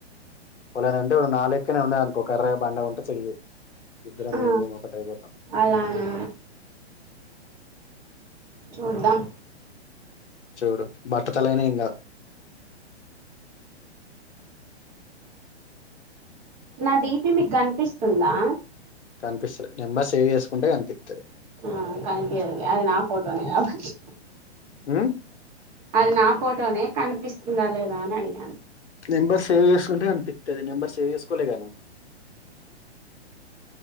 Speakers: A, on the left; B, on the right.
A: ఒకడు ఉంటాడు అంటే నాలేక్కనే ఉన్నాడు అనుకో కర్రగా బండగా <unintelligible> ఇద్దరం
B: ఆ
A: మేము మేము ఒకటయిపోతాం
B: అలానా అవున
A: చూడు బట్టతలయిన ఏం కాదు
B: నా డి పి మీకు కనిపిస్తుందా
A: కనిపిస్తలే నెంబర్ సేవ్ చేసుకుంటే కనిపిస్తది
B: ఆ కనిపియా అది నా ఫోటో నే కాబట్టి
A: హ్మ్
B: అది నా ఫోటోనే కనిపిస్తుందా లేదా అని అడిగాను
A: నెంబర్ సేవ్ చేసుకుంటే కనిపిస్తారు నెంబర్ సేవ్ చేసుకోలే క నువ్వు